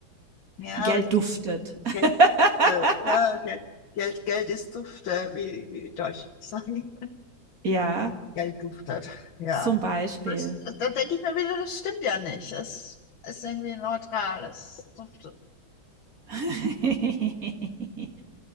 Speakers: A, on the left; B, on the right.
A: Ja,
B: Geld
A: aber das
B: duftet. <laughs>
A: Geld dufte. Ja, Geld, Geld, Geld ist dufte, wie, wie die Deutschen sagen. <laughs>
B: Ja,
A: Geld duftet, ja.
B: zum Beispiel.
A: Das, da denke ich mir wieder, das stimmt ja nicht. Es ist irgendwie neutral, es duftet.
B: <laughs>